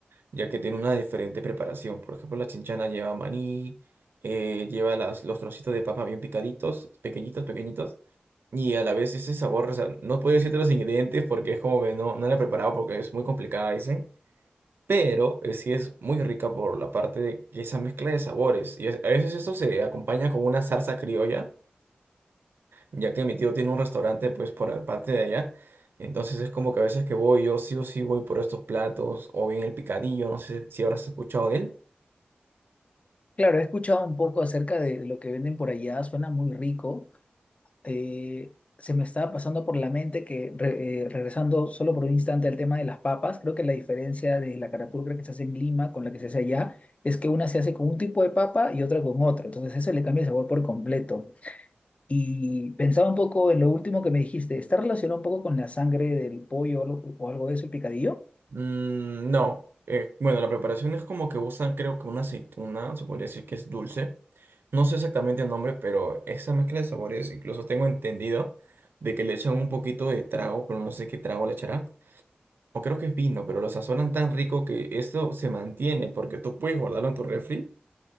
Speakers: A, on the right; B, on the left.
A: Ya que tiene una diferente preparación. Por ejemplo, la chinchana lleva maní, eh, lleva las, los trocitos de papa bien picaditos, pequeñitos, pequeñitos. Y a la vez ese sabor, o sea, no puedo decirte los ingredientes porque es como que no, no la he preparado porque es muy complicada, dicen. Pero eh, sí es muy rica por la parte de que esa mezcla de sabores. Y es- a veces esto se acompaña con una salsa criolla ya que mi tío tiene un restaurante pues por la parte de allá. Entonces es como que a veces que voy, yo sí o sí voy por estos platos o bien el picadillo, no sé si habrás escuchado de él.
B: Claro, he escuchado un poco acerca de, lo que venden por allá, suena muy rico. Eh, se me estaba pasando por la mente que, re- eh, regresando solo por un instante al tema de las papas, creo que la diferencia de la carapulcra que se hace en Lima con la que se hace allá es que una se hace con un tipo de papa y otra con otro. Entonces eso le cambia el sabor por completo. Y pensaba un poco en lo último que me dijiste, ¿está relacionado un poco con la sangre del pollo o algo, o algo de eso, el picadillo?
A: Mm, no, Eh, bueno, la preparación es como que usan creo que una aceituna, se podría decir que es dulce. No sé exactamente el nombre, pero esa mezcla de sabores, incluso tengo entendido de que le echan un poquito de trago, pero no sé qué trago le echarán. O creo que es vino, pero lo sazonan tan rico que esto se mantiene porque tú puedes guardarlo en tu refri